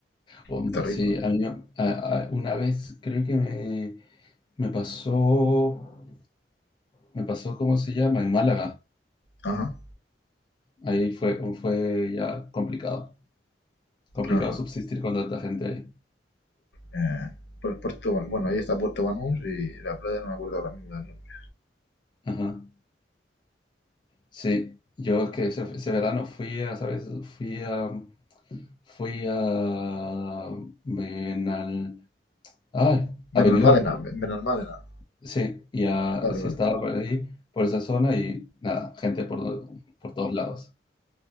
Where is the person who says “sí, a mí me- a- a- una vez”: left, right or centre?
Left